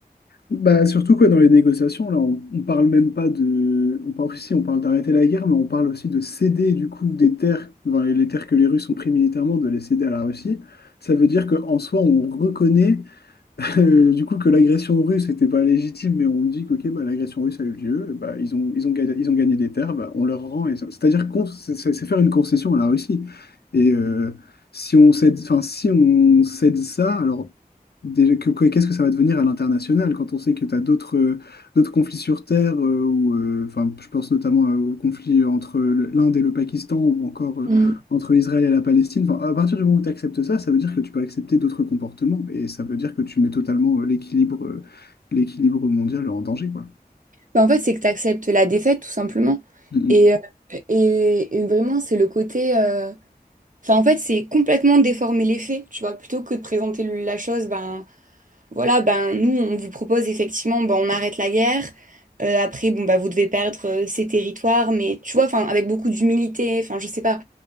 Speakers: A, on the left; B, on the right.
A: Bah, surtout quoi, dans les négociations, là, on, on parle même pas de. On parle aussi, on parle d'arrêter la guerre, mais on parle aussi de céder du coup des terres, enfin, les, les terres que les Russes ont pris militairement, de les céder à la Russie. Ça veut dire qu'en soi, on reconnaît que, du coup, que l'agression russe n'était pas légitime, mais on me dit que ok, bah, l'agression russe a eu lieu, bah, ils ont, ils ont gagné, ils ont gagné des terres, bah, on leur rend. et ça- C'est-à-dire qu'on, c'est c'est- c'est faire une concession à la Russie. Et euh, si on cède, enfin, si on cède ça, alors déjà, que- que- qu'est-ce que ça va devenir à l'international quand on sait que tu as d'autres euh, d'autres conflits sur terre, euh, ou, euh, enfin, je pense notamment euh, au conflit entre le- l'Inde et le Pakistan, ou encore euh,
B: Mm.
A: entre l'Israël et la Palestine, enfin, à partir du moment où tu acceptes ça, ça veut dire que tu peux accepter d'autres comportements et ça veut dire que tu mets totalement euh, l'équilibre euh, l'équilibre mondial en danger, quoi.
B: Ben, en fait, c'est que tu acceptes la défaite, tout simplement.
A: Mhm.
B: Et, euh, et, et vraiment, c'est le côté... euh, Enfin, en fait, c'est complètement déformer les faits, tu vois, plutôt que de présenter le- la chose, ben Voilà, ben, nous, on vous propose effectivement, ben, on arrête la guerre. Euh, après, bon, bah, vous devez perdre euh, ces territoires, mais tu vois, enfin, avec beaucoup d'humilité, enfin, je sais pas.